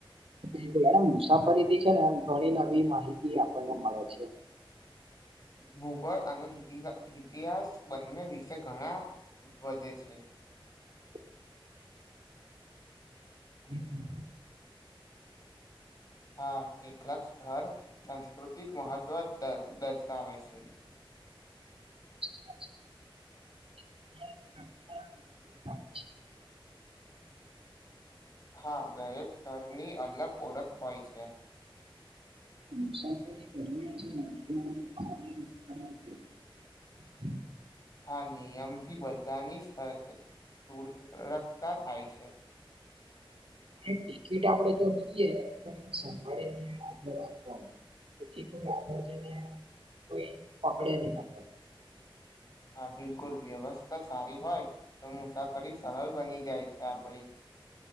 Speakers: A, on the right (about 90°); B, on the left (about 40°).
A: બિલકુલ એ મુસાફરીથી છે ને ઘણી નવી માહિતી આપણને મળે છે. <inaudible>
B: ભૂગોળ અને ઇતિહાસ બંને વિશે ઘણા વધે છે.
A: <inaudible> હમમ હમમ.
B: હા કેટલાક સ્થળ સાંસ્કૃતિક મહત્ત્વ દર દર્શાવે છે.
A: <inaudible>
B: હા દરેક સ્તરની અલગ ઓળખ હોય છે.
A: મુસાફરી <inaudible>
B: હા નિયમથી બધાની સ સુરક્ષા થાય છે.
A: <inaudible> અને ટિકિટ આપણેે જો લઈએ તો એ સંભાળીને આપણે રાખવાની જેથી કોઈ આગળ જય ને કોઈ પકડે ની આપણ ને
B: હા બિલકુલ વ્યવસ્થા સારી હોય તો મુસાફરી સરળ બની જાય છે આપડી.